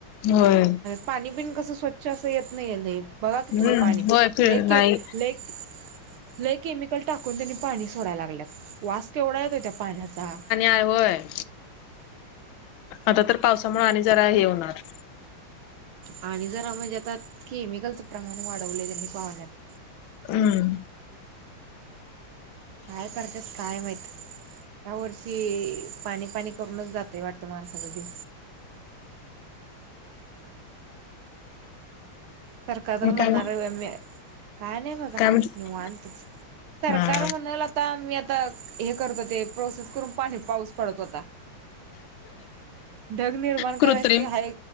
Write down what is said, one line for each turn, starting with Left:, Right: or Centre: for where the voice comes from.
Left: होय.
Right: पाणी बिन कस स्वच्छ अस येत नाहीय लय बघा की
Left: हम्म
Right: तुम्ही पाणी
Left: होय फिर
Right: लयकेमि
Left: नाही
Right: लयकेमि लय केमिकल टाकून त्यांनी पाणी सोडायला लागल्यात वास केवढा येतोय त्या पाण्याचा?
Left: आ होय. आता तर पावसामुळे आणि जरा हे होणार
Right: आणि जरा म्हणजे आता केमिकलचं प्रमाण वाढवले त्यांनी पाण्यात
Left: हम्म.
Right: काय करत्यात काय माहित? या वर्षी पाणी, पाणी करूनच जातय वाटतं माणसाचा जीव सरकार तर म्हणणार
Left: काय मग
Right: आहे होय. काय नाही बघा
Left: काय म्हणत
Right: निवांतच सरकार
Left: हा
Right: म्हणाल आता आता मी आता हे करत होते प्रोसेस करून पाणी पाऊस पडत होता. ढग निर्माण
Left: कृत्रिम
Right: करायचं हाय